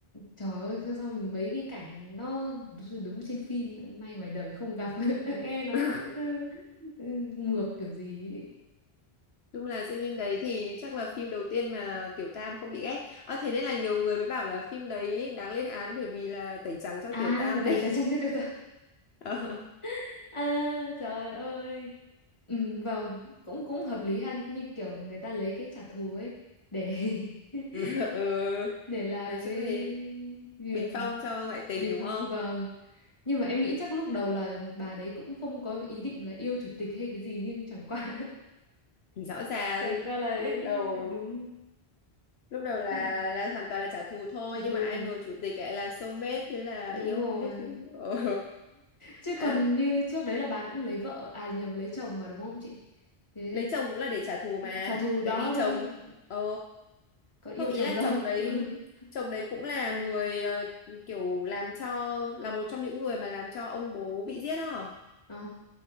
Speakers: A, on the left (about 30°); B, on the left (about 75°).
A: Trời ơi sao sao mình mấy cái cảnh nó đúng đúng trên phim may ngoài đời không gặp <laughs> nghe nó
B: <laughs>
A: cứ ừ, ngược kiểu gì ấy.
B: chung là xem phim đấy thì chắc là phim đầu tiên mà Tiểu Tam không bị ghét à, thế nên là nhiều người mới bảo là phim đấy đáng lên án bởi vì là tẩy trắng cho
A: à
B: Tiểu Tam đấy
A: tay tay trắng
B: <laughs>
A: tay tay tay.
B: Ờ.
A: <laughs> à trời ơi ừ, vâng cũng cũng hợp lý ha như kiểu người ta lấy cái trả thù ấy để <laughs>
B: <laughs> ừ
A: để làm
B: nói chung
A: cái
B: thì
A: việc
B: bình phong cho ngoại tình
A: bình
B: đúng
A: phong
B: không
A: vâng nhưng mà em nghĩ chắc lúc đầu là bà đấy cũng không có ý định là yêu chủ tịch hay cái gì nhưng chẳng qua <laughs>
B: thì rõ ràng
A: chẳng qua là đấy
B: lúc đầu
A: đúng
B: lúc đầu là
A: chứ-
B: là hoàn toàn là trả thù thôi
A: trả
B: nhưng
A: thù
B: mà ai ngờ chủ tịch lại là soulmate thế là
A: đúng
B: yêu
A: rồi
B: không biết lúc- <laughs> ờ.
A: chứ
B: à,
A: còn như trước đấy là bà cũng lấy vợ à nhầm lấy chồng mà đúng không chị thế
B: lấy chồng cũng là để trả thù mà
A: trả thù đó
B: tại vì
A: thì
B: chồng
A: như-
B: ờ
A: có yêu
B: không ý
A: chồng
B: là
A: đâu
B: chồng
A: <laughs>
B: đấy chồng đấy cũng là người ờ, kiểu làm cho là một trong những người mà làm cho ông bố bị giết đó hả?
A: Ồ,